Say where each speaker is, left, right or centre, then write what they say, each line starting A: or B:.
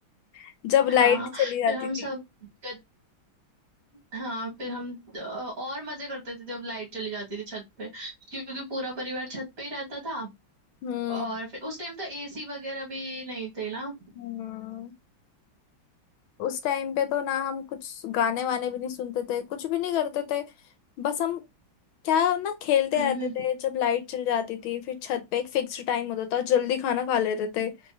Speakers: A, on the left; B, on the right.
A: <laughs> जब
B: हाँ
A: लाइट चली जाती
B: फिर हम
A: थी
B: सब गद... हाँ फिर हम अ, और मजे करते थे जब लाइट चली जाती थी छत पे क्योंकि पूरा परिवार छत पे ही रहता था
A: हम्म
B: और फिर उस टाइम तो एसी वगैरह भी नहीं थे ना
A: हम्म उस टाइम पे तो ना हम कुछ गाने वाने भी नहीं सुनते थे कुछ भी नहीं करते थे बस हम क्या हम ना खेलते
B: हम्म
A: रहते थे जब लाइट चली जाती थी फिर छत पे एक फिक्स टाइम होता था जल्दी खाना खा लेते थे